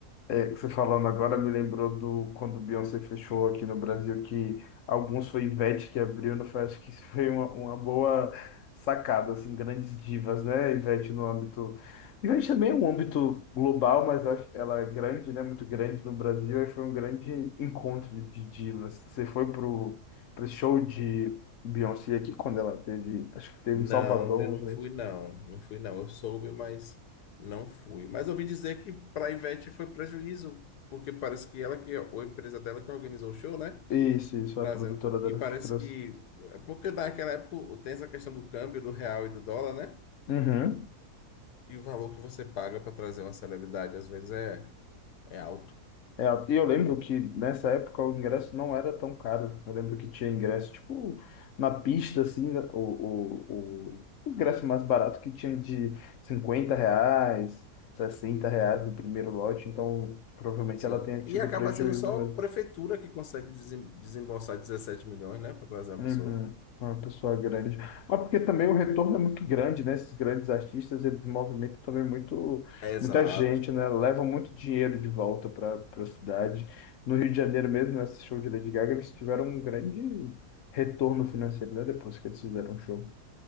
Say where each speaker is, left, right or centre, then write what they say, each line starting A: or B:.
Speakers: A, on the left; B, on the left.
A: é, você falando agora me lembrou do quando o Beyoncé fechou aqui no Brasil, que alguns foi Ivete que abriu, não foi? Acho que isso foi uma, uma boa sacada, assim, grandes divas, né? Ivete no âmbito. Ivete também é um âmbito global, mas acho que ela é grande, né? Muito grande no Brasil, e foi um grande encontro de de divas. Você foi pro, pro show de Beyoncé aqui quando ela teve, acho que teve
B: Não,
A: em Salvador,
B: eu não
A: né?
B: fui, não. Não fui, não. Eu soube, mas não fui. Mas eu ouvi dizer que para a Ivete foi prejuízo, porque parece que ela que, é, ou a empresa dela que organizou o show, né?
A: Isso, isso,
B: Trazendo.
A: a produtora dela
B: E parece
A: que trouxe.
B: que, é porque naquela época tem essa questão do câmbio, do real e do dólar, né?
A: Uhum.
B: E o valor que você paga para trazer uma celebridade, às vezes, é, é alto.
A: É, e eu lembro que nessa época o ingresso não era tão caro. Eu lembro que tinha ingresso, tipo, na pista, assim, né, o, o, o o ingresso mais barato que tinha de 50 reais, 60 reais no primeiro lote. Então, provavelmente
B: Sim.
A: ela tenha tido
B: E acaba
A: prejuízo
B: sendo só
A: mesmo.
B: a prefeitura que consegue desem- desembolsar 17 milhões, né? Para trazer uma
A: Uhum.
B: pessoa.
A: Uma pessoa grande. Mas porque também o retorno é muito grande, né? Esses grandes artistas, eles movimentam também muito,
B: Exato.
A: muita gente, né? Levam muito dinheiro de volta para a cidade. No Rio de Janeiro mesmo, esse show de Lady Gaga, eles tiveram um grande retorno financeiro, né? Depois que eles fizeram o show.